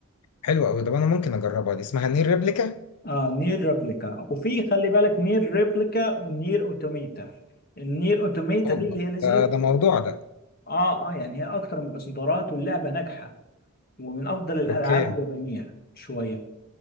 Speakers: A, on the left; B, on the left.
A: حلو قوي ده انا ممكن اجربها دي اسمها نير ريبليكا
B: اه نير ريبليكا وفي خلي بالك نير ريبليكا ونير اوتوميتا النير اوتوميتا
A: اوبا
B: دي اللي هي نزلت
A: ده, ده موضوع ده
B: اه اه يعني هي اكتر من الاصدارات واللعبه ناجحه ومن افضل الالعاب
A: اوكي
B: اليابانيه شويه